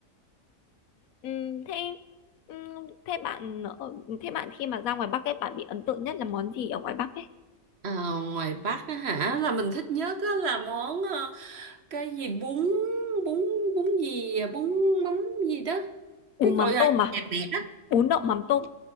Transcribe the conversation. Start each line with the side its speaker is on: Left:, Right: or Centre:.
Left: Ừm, thế ừm, thế bạn ở- thế bạn khi mà ra ngoài Bắc ấy bạn bị ấn tượng nhất là món gì ở ngoài Bắc ấy
Right: Ờ, ngoài Bắc á hả là mình thích nhất á là món ờ, cái gì bún bún bún gì à, bún mắm gì đó
Left: bún
Right: cái
Left: mắm
Right: gọi là
Left: tôm
Right: gì
Left: à
Right: đẹp đẹp đó
Left: bún đậu mắm tôm